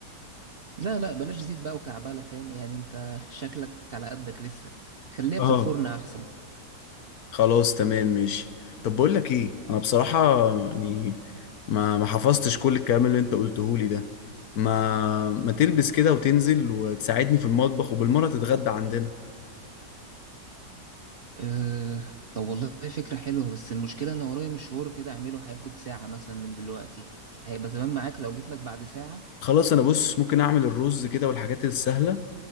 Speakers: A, on the right; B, on the left.
A: لا لا بلاش زيت بقى وكعبله فاهم يعني انت <laughs> شكلك على قدك لسه خليها
B: اه
A: في الفرن احسن
B: خلاص تمام ماشي طب بقول لك ايه انا بصراحة يعني ما ما حفظتش كل الكلام اللي انت قلته لي ده ما ما تلبس كده وتنزل وتساعدني في المطبخ وبالمرة تتغدى عندنا
A: أه طب والله فكره حلوه بس المشكله ان ورايا مشوار كده اعمله هياخد ساعه مثلا من دلوقتي هيبقى تمام معاك لو جيت لك بعد ساعه
B: خلاص انا بص ممكن اعمل الرز كده والحاجات السهله